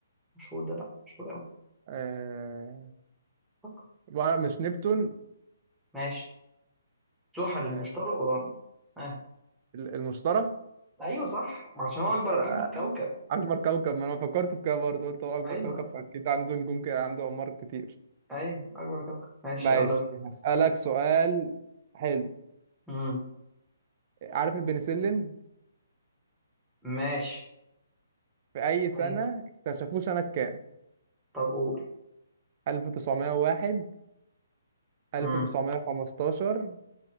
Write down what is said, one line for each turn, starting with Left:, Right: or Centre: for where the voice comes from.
Centre: مشهور ده لا مشهور قوي
Right: إيه...
Centre: فكر
Right: بقى مش نبتون
Centre: ماشي زحل
Right: إيه...
Centre: المشتري اورانوس اه
Right: ال- المشتري
Centre: ايوه صح عشان هو
Right: بس
Centre: اكبر
Right: انا
Centre: اكبر كوكب
Right: اكبر كوكب ما انا فكرت في كده برضه قلت هو اكبر
Centre: ايوه
Right: كوكب فاكيد عنده نجوم كده عنده اقمار كتير
Centre: ايوه اكبر كوكب ماشي
Right: ماشي
Centre: يلا بينا
Right: هسألك سؤال حلو
Centre: امم
Right: عارف البنسلين
Centre: ماشي
Right: في اي سنه
Centre: ايوه
Right: اكتشفوه سنه كام
Centre: طب قول
Right: 1901 1915
Centre: امم